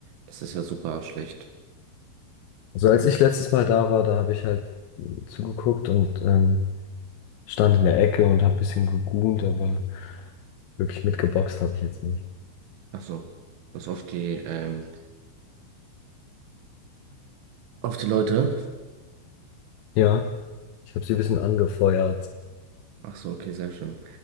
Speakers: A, on the right; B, on the left.
A: das ist ja super schlecht.
B: so als ich letztes Mal da war, da habe ich halt zugeguckt und ähm, stand in der Ecke und habe ein bisschen gegoont, aber wirklich mitgeboxt habe ich jetzt nicht.
A: Ach so, was auf die, ähm, auf die Leute.
B: Ja, ich habe sie ein bisschen angefeuert.
A: Ach so, okay, sehr schön.